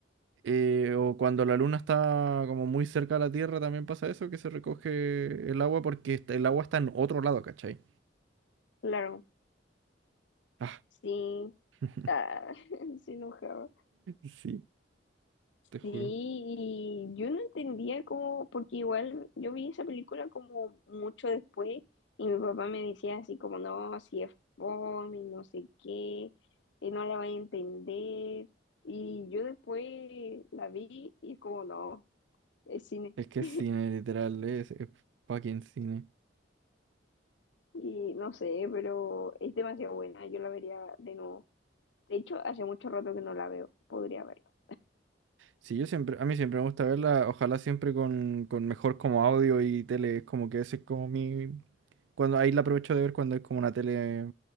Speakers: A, on the right (about 80°); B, on the left (about 75°).
A: Eh, o cuando la luna está como muy cerca de la Tierra también pasa eso, que se recoge el agua porque está- el agua está en otro lado, ¿cachai?
B: claro,
A: Ah,
B: sí,
A: <laughs>
B: ah, <laughs> se enojaba.
A: sí,
B: Sí,
A: te juro.
B: y yo no entendía cómo, porque igual yo vi esa película como mucho después y mi papá me decía así como, no, si es fome, y no sé qué, eh, no la vas a entender. Y yo después la vi y es como, no, es cine.
A: Es que
B: <laughs>
A: es cine, literal, es, es fucking cine.
B: Y no sé, pero es demasiado buena, yo la vería de nuevo. De hecho, hace mucho rato que no la veo, podría verla.
A: Sí, yo siempre, a mí siempre me gusta verla, ojalá siempre con, con mejor como audio y tele, es como que ese es como mi... Cuando ahí la aprovecho de ver cuando es como una tele